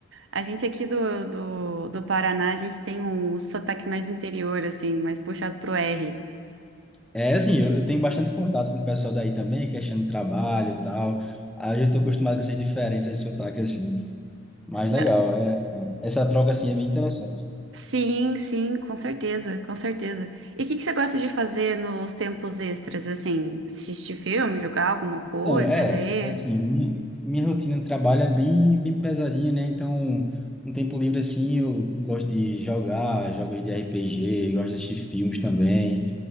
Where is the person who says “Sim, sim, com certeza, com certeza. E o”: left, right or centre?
Right